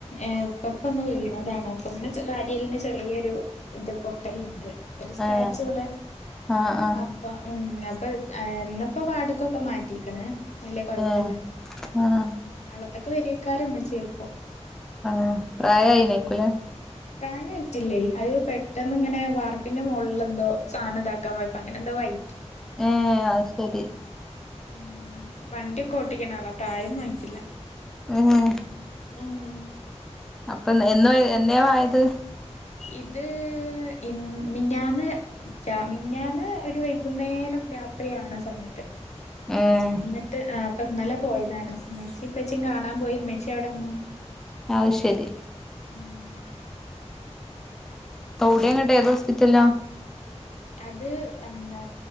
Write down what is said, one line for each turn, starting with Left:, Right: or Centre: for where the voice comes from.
Left: ഏഹ് ഇപ്പപ്പ ഒന്ന് വിണതാണ് അപ്പ ഇങ്ങനെ വാരിയെല്ലിന് ചെറിയൊരു ഇത് പൊട്ടലുണ്ട് ഒരു സ്ക്രാച്ച്
Centre: ഏഹ്
Left: പോലെ
Centre: ആഹ് ആഹ്
Left: അപ്പ ഉം ഇപ്പൊ എന്നപ്പോ വാർഡ്ക്കൊക്കെ മാറ്റിക്കണ വല്ല്യ കൊഴപ്പല്ല
Centre: ഏഹ് ആഹ്
Left: ഇതൊക്കെ വരക്കാരമ്മച്ചി ചിലപ്പോ
Centre: ആഹ പ്രായയിനേക്കൂല
Left: പ്രായ ആയിട്ടില്ലേ അത് പെട്ടെന്ന് ഇങ്ങനെ വാർപ്പിന്റെ മുകളിൽ എന്തോ സാധനം ഇതാക്കാൻ പോയപ്പം അങ്ങനെ എന്തോ വൈ
Centre: ഏ അത്ശരി
Left: ഉം വണ്ടിക്കെഓട്ടിക്കണ ആളാ പ്രായം ഒന്നും ആയിട്ടില്ല
Centre: ഏഹ്
Left: ഉം ഉം
Centre: അപ്പൊ എന്നോ എന്നെയായത്
Left: ഇത് ഇ മിനിഞ്ഞാന്ന് മിനിഞ്ഞാന്ന് ഒരു വൈകുന്നേരം രാത്രിയാകണ സമയത്ത്
Centre: ഏഹ്
Left: എന്നിട്ട് ആ ഇപ്പംന്നല്ലെ പോയ ഇമ്മച്ചിയും ഉപ്പിച്ചിയും കാണാ കാണാൻ പോയി ഉമ്മിച്ചി അവിടെ നിന്നു
Centre: അയ് ശരി
Left: ഉം
Centre: അവിടെ കേട്ടെ ഏത് ഹോസ്പിറ്റലാ
Left: അത് എന്താ